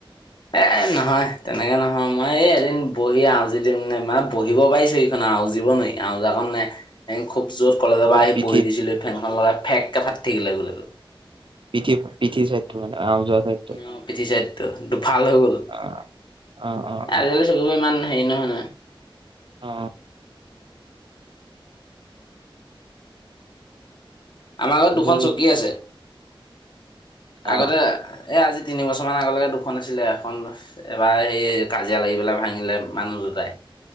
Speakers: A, on the left (about 55°); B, on the right (about 65°).
A: এ নহয় তেনেকে নহয় মই এই এদিন বহি আওজি মানে বহিব পাৰি চকীখন আওজীৱ নোৱাৰি আওজা খন নাই খুব য'ত কলেজৰ
B: অ'
A: পৰা আহি
B: পিঠি
A: বহি দিছিলো ফেনখন লগাই ফেক কে ফাটি থাকিলে গোলেটো
B: পিঠি চাইডটো মানে। আও যোৱা চাইডটো?
A: উ পিঠি চাইতটো দুফাল হৈ গল
B: অ' অ' অ'
A: আজিকালি
B: অ'
A: চকীবোৰ ইমান হেৰি নহয় নহয়
B: অ
A: আমাৰ ঘত
B: আজি
A: দুখন চকী আছে
B: অ'
A: আগতে। এই আজি তিনিবছৰমান আগলৈকে দুখন আছিলে এখন এবাৰ সেই কাজিয়া লাগি পেলাই ভাঙিলে মানুহ দুটাই।